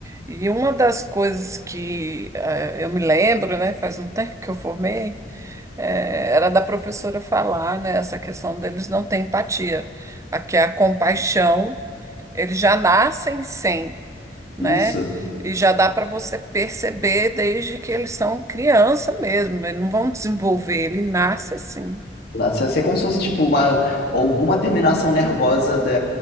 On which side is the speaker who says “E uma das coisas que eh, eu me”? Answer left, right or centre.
Right